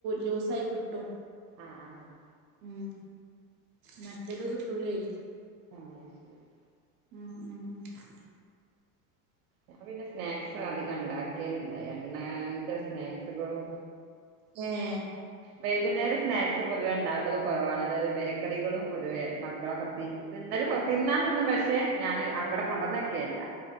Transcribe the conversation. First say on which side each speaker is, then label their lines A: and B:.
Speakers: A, on the right; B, on the right.
A: ലൂസ്സായി കിട്ടും
B: ആഹ് ആഹ്
A: മ്മ് മറ്റത് കിട്ടൂലേ
B: ആഹ് ശെരി
A: ആഹ് മ്മ് മ്മ്
B: ഞാൻ പിന്നെ സ്നാക്സ് അധികണ്ടാക്കേലില്ല എണ്ണാന്റ സ്നാക്സുകളും
A: ഏഹ്
B: വൈകുന്നേരം സ്നാക്സ് പൊതുവെണ്ടാക്കല് കുറവാണ് അതായത് ബേക്കറികളും പൊതുവേ മക്കളക്കത്തി തിന്നല് പൊ തിന്നാ തിന്നും പക്ഷെ ഞാന് അവിടെ കൊണ്ടന്നെക്കെല്ല